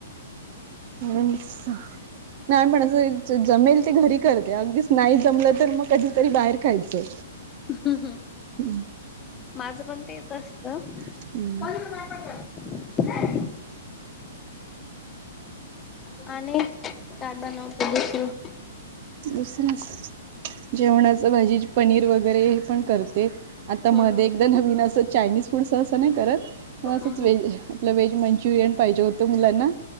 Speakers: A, on the left; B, on the right.
A: हम्म.
B: आणिस नाही म्हण -असं जमेल ते घरी करते अगदीच नाही जमलं तर मग कधीतरी बाहेर खायचं.
A: हम्म -हम्म
B: हमं
A: माझं पण तेच असतं.
B: हम्म
A: <unintelligible> आणि काय बनवतोलस.
B: दुसर जेवणाच भाजी पनीर वगैरे हे पण करते. आता
A: हम्म
B: मध्ये एकदा नवीन असं चायनीज फूड सहसं नाही करतण असंच
A: हम्म
B: वेहेज.
A: हम्म
B: आपलं व्हेज मंचुरियन पाहिजे होतं मुलांना